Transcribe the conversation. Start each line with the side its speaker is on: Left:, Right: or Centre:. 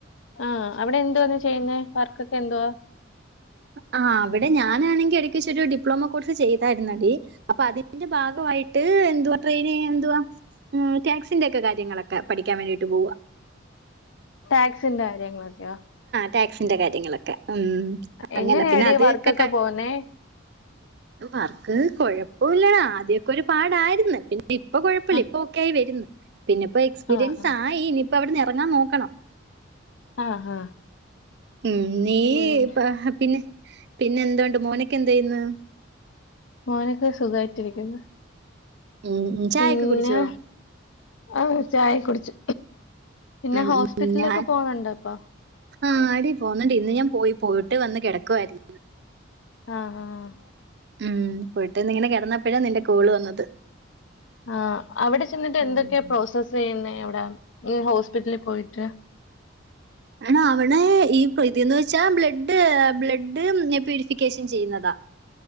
Left: ആ അവിടെ എന്തുവാന്ന് ചെയ്യുന്നേ വർക്കൊക്കെ എന്തുവാ
Right: ആ അവിടെ ഞാനാണെങ്കിൽ എടക്ക് വച്ച ഒരു ഡിപ്ലോമ കോഴ്സ് ചെയ്തിരുന്നടീ അപ്പൊ അതിന്റെ ഭാഗമായി ആയിട്ട് എന്തുവാ ട്രെയിനി എന്തുവാ ടാക്സിന്റെ ഒക്കെ കാര്യങ്ങളൊക്കെ പഠിക്കാൻ വേണ്ടിട്ട് പോവ
Left: ടാക്സിന്റെ കാര്യങ്ങളൊക്കെയാ
Right: ടാക്സിന്റെ കാര്യങ്ങളൊക്കെ ഉം അങ്ങനെ
Left: എങ്ങനെയാടി
Right: പിന്നെ അതൊക്കെ
Left: വർക്കൊക്കെ
Right: കഴി
Left: പോന്നേ
Right: വർക്ക് <unintelligible> കുഴപ്പ ഓ ഇല്ലടാ ആദ്യൊക്കെ ഒരു പാടായിരുന്നു പിന്നെ ഇപ്പൊ കുഴപ്പമില്ല
Left: ആഹ്
Right: ഇപ്പൊക്കെ ഒക്കെആയി വരുന്നു പിന്നെ ഇപ്പോ എക്സ്പീരിയൻസ്
Left: ആഹ്
Right: ആയി ഇനിയിപ്പം അവിടെ നിന്ന് ഇറങ്ങാൻ നോക്കണം
Left: ആഹ ആഹ്
Right: ഉം നീ
Left: പിന്നെ
Right: പിന്നെ പിന്നെ എന്തുണ്ട് മോനൊക്കെ എന്ത് ചെയ്യുന്ന്
Left: മോനക്ക് സുഖമായിട്ടിരിക്കുന്നു
Right: ഉം ഉം ചായയൊക്കെ
Left: പിന്നെ
Right: കുടിച്ചോ?
Left: ആ ചായ കുടിച്ചു പിന്നെ
Right: ഉ
Left: ഹോസ്പിറ്റലിലൊക്കെ
Right: ഉ ഞാൻ
Left: പോണുണ്ടോ ഇപ്പൊ
Right: ആടി പോന്നടീ ഇന്ന് ഞാൻ പോയി പോയിട്ട് വന്ന് കിടക്കുവായിരുന്നുന്ന്
Left: ആഹ ആഹ്
Right: ഉം പോയിട്ട് വന്നിങ്ങനെ കിടന്നപ്പോഴാ നിന്റെ കോള് വന്നത്
Left: ആ അവിടെ ചെന്നിട്ട്
Right: ഉം.
Left: എന്തൊക്കെയാ പ്രോസസ്സ് ചെയ്യുന്ന വിടാ? ങ്‌ ഹോസ്പിറ്റലിൽ പോയിട്ട്
Right: ആ അവിടേ ഇ പിന്നെ ന്ന് വെച്ചാ ബ്ലഡ്, ബ്ലഡ് പ്യൂരിഫിക്കേഷൻ ചെയ്യുന്നതാ.